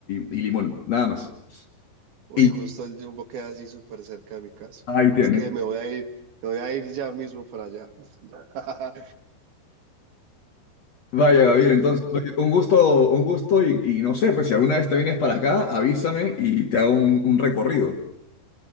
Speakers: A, on the left (about 55°); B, on the right (about 65°).
A: y limón, nada más.
B: Uy,
A: Y
B: justo el Jumbo queda así súper cerca de mi casa.
A: ahí tienes.
B: Es que me voy a ir, me voy a ir ya mismo para allá. <laughs>
A: Vaya, Gabriel, entonces,
B: Pues,
A: oye, un gusto, un gusto y, y no sé, pues si alguna vez te vienes para acá, avísame y te hago un, un recorrido.